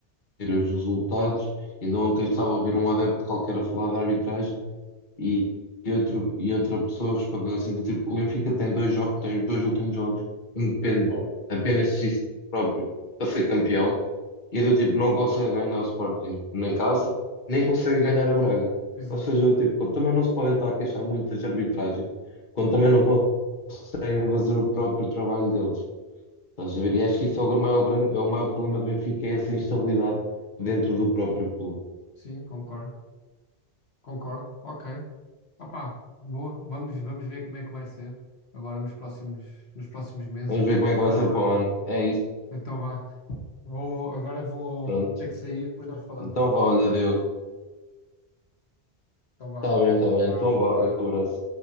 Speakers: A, on the left; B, on the left.
A: os resultados. Ainda ontem estava a ouvir um adepto qualquer a falar da arbitragem e, e, outro, e outra pessoa respondeu assim do tipo, o Benfica tem dois jogos, tem os dois últimos jogos, depende apenas de si próprio para ser campeão. E do tipo, não consegue ganhar o Sporting nem em casa, nem consegue ganhar a Braga.
B: Exato.
A: Ou seja, do tipo, também não se podem estar a queixar muito das arbitragens, quando também não conseguem fazer o próprio trabalho deles. Estás a ver? E acho que isso é o maior, grande, é o maior problema do Benfica, é essa instabilidade dentro do próprio clube.
B: Sim, concordo. Concordo. Ok. Opá, boa. Vamos, vamos ver como é que vai ser agora nos próximos, nos próximos meses
A: Vamos
B: e preparar
A: ver como é que vai ser
B: o
A: para
B: ano.
A: o ano. É isso,
B: Então vá. Vou, agora vou
A: pronto.
B: ter que sair, depois nós falamos.
A: Então
B: tá?
A: vá, olha, Diogo.
B: Então vá.
A: Está bem, está bem.
B: Ah,
A: Então
B: um abraço.
A: vá, grande abraço.